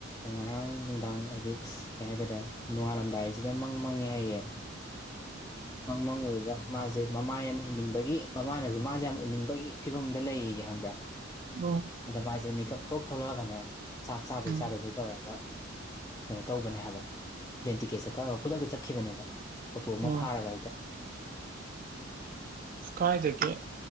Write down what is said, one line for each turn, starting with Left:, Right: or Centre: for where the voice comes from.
Left: ꯉꯔꯥꯡ ꯅꯨꯡꯗꯥꯡ ꯍꯥꯏꯗꯤ ꯀꯩ ꯍꯥꯏꯇꯥꯇꯥꯔꯦ ꯅꯣꯡꯉꯥꯜꯂꯝꯗꯥꯏꯁꯤꯗ ꯃꯪ ꯃꯪꯉꯦ ꯍꯥꯏꯌꯦ ꯃꯪ ꯃꯪ ꯑꯗꯨꯗ ꯃꯥꯁꯦ ꯃꯃꯥ ꯌꯥꯝ ꯎꯅꯤꯡꯕꯒꯤ ꯃꯃꯥꯅꯁꯨ ꯃꯥꯁꯦ ꯌꯥꯝ ꯎꯅꯤꯡ ꯒꯤ ꯐꯤꯕꯝꯗ ꯂꯩꯒꯦ ꯈꯪꯕ꯭ꯔꯥ
Right: ꯎꯝ ꯎꯝ
Left: ꯑꯗ ꯃꯥꯁꯦ ꯃꯤꯀꯞ ꯊꯣꯛ ꯊꯣꯛꯂꯛꯑꯒꯅꯦ ꯆꯥꯛ ꯆꯥꯕꯣꯏ
Right: ꯎꯝ
Left: ꯆꯥꯗꯕꯣꯏ ꯇꯧꯔꯒ ꯀꯩꯅꯣ ꯇꯧꯕꯅꯦ ꯍꯥꯏꯕ ꯄ꯭ꯂꯦꯟ ꯇꯤꯛꯀꯦꯠꯁꯦ ꯀꯛꯑꯒ ꯈꯨꯗꯛꯇ ꯆꯠꯈꯤꯕꯅꯦꯕ ꯑꯣꯇꯣ ꯑꯃ
Right: ꯎꯝ
Left: ꯐꯥꯔꯒ ꯍꯛꯇ
Right: ꯀꯥꯏꯗꯒꯤꯦ